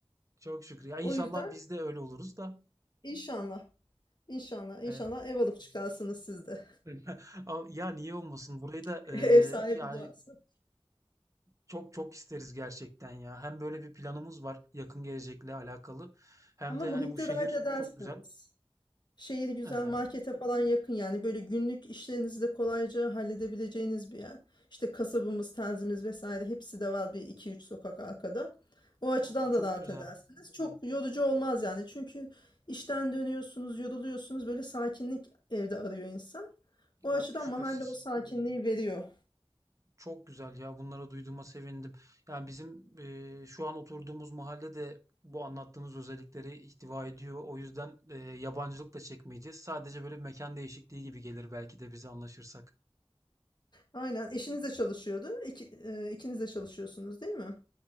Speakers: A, on the right (about 35°); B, on the left (about 50°).
A: çok şükür. Ya inşallah
B: O yüzden
A: biz de öyle oluruz da.
B: inşallah, inşallah, inşallah
A: Ee,
B: ev alıp çıkarsınız siz de.
A: <laughs> ama ya niye olmasın? Burayı da
B: <laughs>
A: e,
B: Ev sahibi
A: yani
B: duası.
A: Çok çok isteriz gerçekten ya. Hem böyle bir planımız var yakın gelecekle alakalı. Hem
B: Ama
A: de
B: muhitte
A: hani bu şehir
B: rahat edersiniz.
A: çok güzel.
B: Şehir güzel,
A: Ee,
B: markete falan yakın yani böyle günlük işlerinizi de kolayca halledebileceğiniz bir yer. İşte kasabımız, terzimiz vesaire hepsi de var bir iki üç sokak arkada. O açıdan
A: o çok
B: da rahat
A: güzel.
B: edersiniz. Çok yorucu olmaz yani çünkü işten dönüyorsunuz, yoruluyorsunuz böyle sakinlik evde arıyor insan.
A: Ya
B: O açıdan
A: şüphesiz.
B: mahalle o sakinliği veriyor.
A: Çok güzel ya. Bunları duyduğuma sevindim. Yani bizim e, şu an oturduğumuz mahalle de bu anlattığınız özellikleri ihtiva ediyor. O yüzden e, yabancılık da çekmeyeceğiz. Sadece böyle bir mekan değişikliği gibi gelir belki de bize anlaşırsak.
B: Aynen eşiniz de çalışıyordu. İki, e, ikiniz de çalışıyorsunuz değil mi?